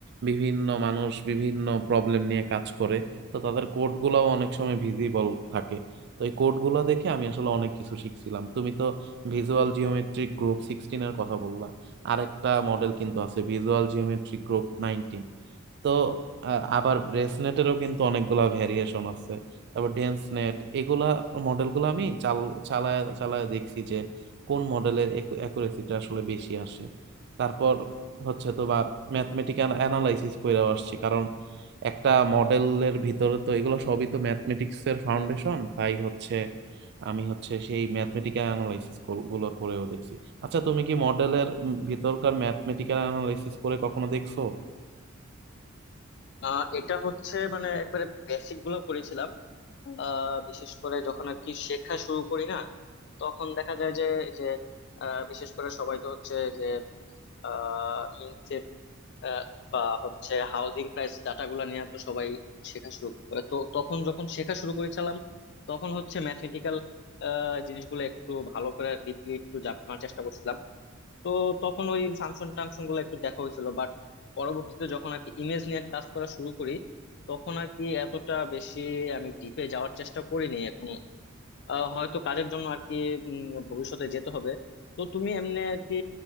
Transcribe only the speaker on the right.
বিভিন্ন মানুষ বিভিন্ন প্রবলেম নিয়ে কাজ করে তো তাদের কোডগুলোও অনেক সময় ভিজিবল থাকে তো এই কোডগুলো দেখে আমি আসলে অনেক কিছু শিখছিলাম তুমি তো ভিজুয়াল জিওমেট্রিক গ্রুপ সিক্সটিনের কথা বললা আরেকটা মডেল কিন্তু আছে ভিজুয়াল জিওমেট্রিক গ্রুপ নাইনটি তো আ- আবার রেসনেটেরও কিন্তু অনেকগুলা ভেরিয়েশন আছে তারপর ডেন্স নেট এগুলা মডেলগুলো আমি চাল চালায় চালায় দেখছি যে কোন মডেলের অ্যাকুরেসিটা আসলে বেশি আসে তারপর হচ্ছে তোমার ম্যাথমেটিক্যাল অ্যানালাইসিস কইরাও আসছি কারণ একটা মডেলের ভিতরে তো এগুলো সবই তো ম্যাথমেটিক্স এর ফাউন্ডেশন তাই হচ্ছে আমি হচ্ছে সেই ম্যাথমেটিক্যাল অ্যানালাইসিস গুলো করেও দেখছি আচ্ছা তুমি কি মডেলের ভিতরকার ম্যাথমেটিক্যাল অ্যানালাইসিস করে কখনো দেখছো